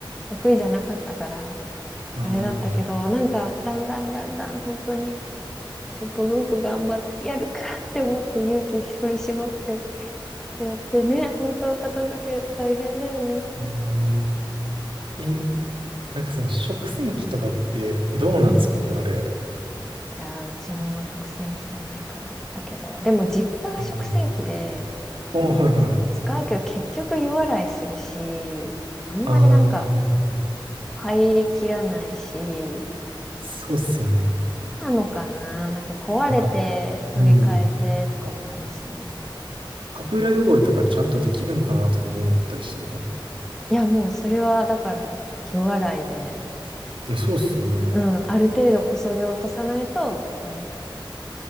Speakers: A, in the centre; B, on the right (about 80°).
A: 得意じゃなかったから、
B: あ
A: あれだったけど、
B: あ。
A: なんか、だんだんだんだん、本当に、ちょっとずつ頑張ってやるかって思って勇気振り絞ってやってね、本当片付け大変だよね。
B: うんねえ、なんかその食洗機とかってどうなんですかね、
A: うん
B: あれ。
A: いやうちも食洗機じゃないからあれだけど、でも実家が食洗機で、
B: うん。あ、はいはい。
A: なんか使うけど結局湯洗いするし、あんまりなんか
B: ああ、はい。
A: 入りきらないし、
B: そうっすよね。
A: なのかななんか壊れて取り替えてとかもあるし。
B: なんか、うん。油汚れとかちゃんとできるんかなとかも思ったりするかも。
A: いや、もうそれはだから湯洗いで、
B: いや、そうっすよね。
A: うん、ある程度こそげ落とさないとダメだよ。